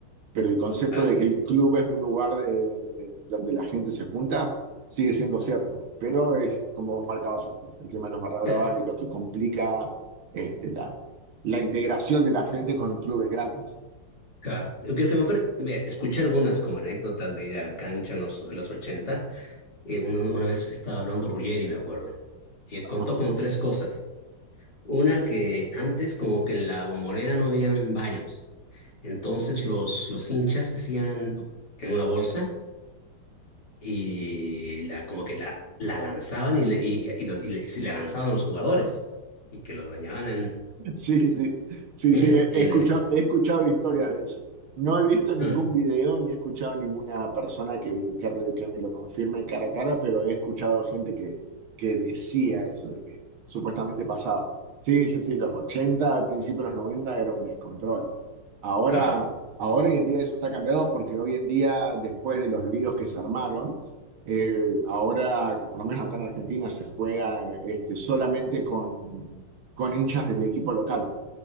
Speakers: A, on the right (about 70°); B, on the left (about 50°).
A: pero el concepto
B: ah,
A: de que el club es un lugar de- de- donde la gente se junta sigue siendo cierto. Pero es como vos marcabas antes, el tema de los barra bravas
B: Cla-
A: es lo que complica este, la, la integración de la gente con clubes grandes.
B: Claro, yo creo que me acuerdo, mira, escuché algunas como anécdotas de ir a la cancha en los, en los ochenta Eh, uno- una vez estaba hablando Ruggeri, me acuerdo, y él contó
A: Ajá.
B: como tres cosas. Una que antes como que en la bombonera no habían baños, entonces los, los hinchas hacían en una bolsa y la, como que la, la lanzaban y, le, y, y lo- y le- se la lanzaban a los jugadores y que los bañaban en...
A: <laughs> Sí, sí, sí,
B: en,
A: sí, he
B: en,
A: he escuchado,
B: eh,
A: he escuchado historias de eso. No he visto ningún
B: ah,
A: video ni he escuchado ninguna persona que, que, re- que me lo confirme cara a cara, pero he escuchado gente que, que decía eso, de que supuestamente pasaba. Sí, sí, sí, los 80 al principio de los 90 era un descontrol. Ahora,
B: claro,
A: ahora hoy en día eso está cambiado porque hoy en día, después de los líos que se armaron, eh, ahora que por lo menos acá en Argentina se juega este, solamente con con hinchas de mi equipo local.